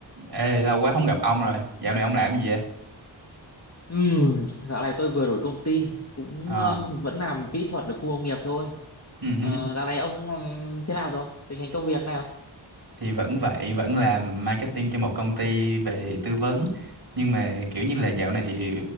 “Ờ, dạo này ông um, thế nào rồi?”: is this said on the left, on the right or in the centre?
Left